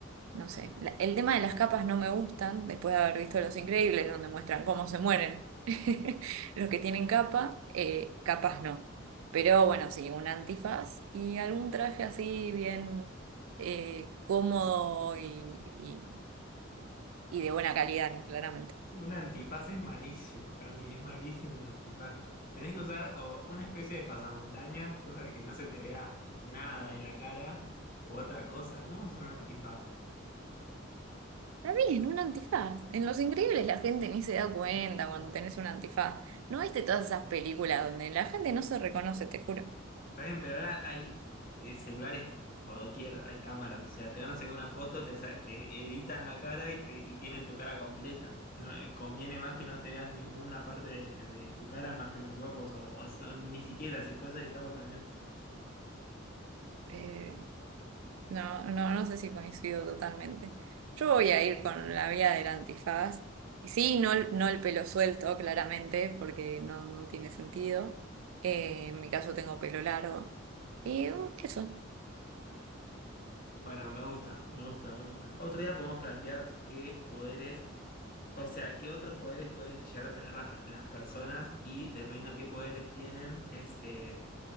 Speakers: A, on the right; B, on the left.
A: no sé, La- el tema de las capas no me gustan, después de haber visto Los Increíbles, donde muestran cómo se mueren <laughs> los que tienen capa, eh, capas no. Pero bueno, sí, un antifaz y algún traje así bien eh, cómodo y, y- y de buena calidad, ¿no? Claramente.
B: Un antifaz es malísimo, Cami, es malísimo un antifaz. Tenés que usar o una especie de pasamontaña, cosa de que no se te vea nada de la cara, u otra cosa. ¿Cómo vas a usar un antifaz?
A: Está bien, un antifaz. En Los Increíbles la gente ni se da cuenta cuando tenés un antifaz. ¿No viste todas esas películas donde la gente no se reconoce, te juro?
B: Está bien, pero ahora hay eh, celulares por doquier, hay cámaras, o sea, te van a sacar una foto, te, sa- te editan la cara y, te, y tienen tu cara completa. No, eh, conviene más que no te vean ninguna parte de, de tu cara más que los ojos, o, o- o ni siquiera, si puedes editarlo también.
A: Eh, No, no, no sé si coincido totalmente. Yo voy a ir con la vía del antifaz. Y sí, no, el- no el pelo suelto, claramente, porque no, no tiene sentido. Eh, en mi caso tengo pelo largo. Y um, eso.
B: Bueno, me gusta, me gusta, me gusta. Otro día podemos plantear qué poderes, o sea, qué otros poderes pueden llegar a tener las, las personas y dependiendo de qué poderes tienen, es eh,